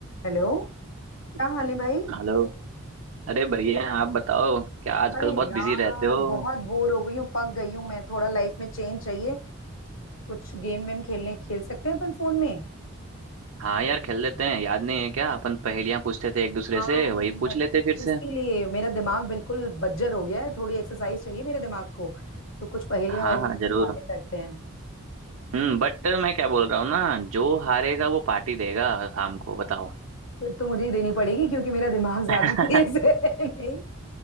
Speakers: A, on the left; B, on the right.
A: Hello क्या हाल है भाई
B: हेलो अरे बढ़िया हैं आप बताओ क्या आजकल
A: अरे
B: बहुत
A: यार
B: बिजी रहते हो
A: बहुत बोर हो गई हूँ पक गई हूँ मैं थोड़ा लाइफ में चेंज चाहिए कुछ गेम वेम खेलने खेल सकते हैं अपन फोन में
B: हाँ यार खेल लेते हैं याद नहीं है क्या अपन पहेलियां पूछते थे एक दूसरे
A: हाँ
B: से वही पूछ लेते फिर
A: इसीलिए
B: से
A: मेरा दिमाग बिल्कुल बज्जर हो गया है थोड़ी एक्सरसाइज चाहिए मेरे दिमाग को तो कुछ पहेलियां
B: हाँ
A: वहेलियां
B: हाँ जरूर
A: की बातें करते हैं
B: हम्म बट मैं क्या बोल रहा हूँ ना जो हारेगा वो पार्टी देगा शाम को बताओ
A: तो, तो मुझे ही देनी पड़ेगी क्योंकि मेरा दिमाग ज्यादा
B: <laughs>
A: <laughs> तेज है नहीं